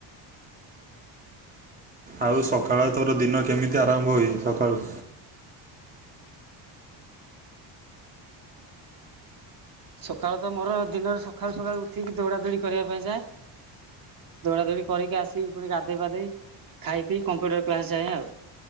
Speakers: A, on the right; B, on the right.
A: ଆଉ ସକାଳ ତୋର ଦିନ କେମିତି ଆରମ୍ଭ ହୁଏ ସକାଳୁ?
B: ସଖାଳୁ ତ ମୋର ଦିନରେ ସଖାଳୁ-ସଖାଳୁ ଉଠିକି ଦୌଡାଦୌଡି କରିବା ପାଇଁ ଯାଏ। ଦୌଡାଦୋଡି କରିକି ଆସିକି ପୁଣି ଗାଧେଇ ପାଧେଇ ଖାଇ ପିଇ କମ୍ପ୍ୟୁଟର କ୍ଲାସ ଯାଏଁ ଆଉ।